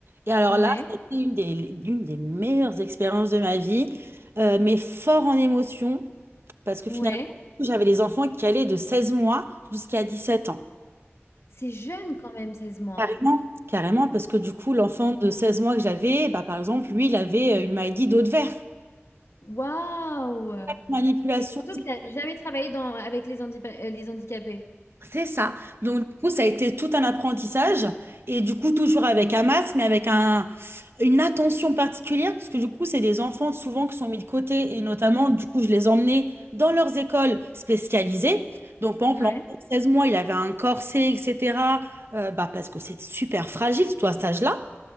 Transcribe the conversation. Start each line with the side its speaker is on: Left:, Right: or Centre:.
Right: Et alors
Left: Ouais.
Right: là, c'était une des, l'une des meilleures expériences de ma vie, euh, mais fort en émotion, parce que finalement,
Left: Ouais.
Right: j'avais des enfants qui allaient de 16 mois jusqu'à 17 ans.
Left: C'est jeune quand même, seize mois.
Right: Carrément, carrément, parce que du coup, l'enfant de 16 mois que j'avais, bah, par exemple, lui, il avait euh, une maladie d'eau de verre.
Left: Waouh!
Right: Manipulation,
Left: Et surtout que tu n'as jamais travaillé dans, avec les, handipa- euh, les handicapés.
Right: c'est ça. Donc, du coup, ça a été tout un apprentissage. Et du coup, toujours avec un masque, mais avec un, une attention particulière, parce que du coup, c'est des enfants souvent qui sont mis de côté. Et notamment, du coup, je les emmenais dans leurs écoles spécialisées. Donc, par exemple,
Left: Ouais.
Right: l'enfant de mois, il avait un corset, etc. euh, bah, parce que c'est super fragile, toi, à cet âge-là.